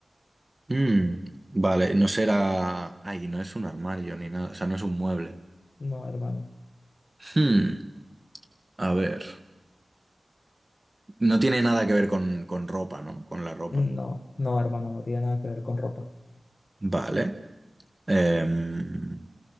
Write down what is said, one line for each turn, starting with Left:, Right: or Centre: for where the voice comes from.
Right: Mm, vale, no será... Ay, no es un armario ni nada, o sea, no es un mueble.
Left: No, hermano.
Right: Hmm, a ver. No tiene nada que ver con, con ropa, ¿no? Con la ropa.
Left: No, no, hermano, no tiene nada que ver con ropa.
Right: Vale. Em,